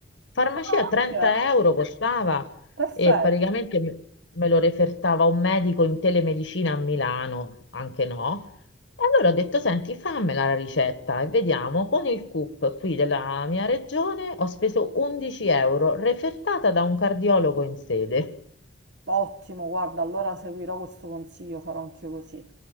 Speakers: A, on the left (about 70°); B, on the right (about 60°).
A: Farmacia
B: Ah,
A: 30
B: ok,
A: euro costava
B: perfetto.
A: e praticamente me me lo refertava un medico in telemedicina a Milano, anche no. E allora ho detto: Senti, fammela la ricetta e vediamo. Con il CUP qui della mia regione ho speso 11 euro, refertata da un cardiologo in sede.
B: Ottimo, guarda, allora seguirò questo consiglio, farò anch'io così.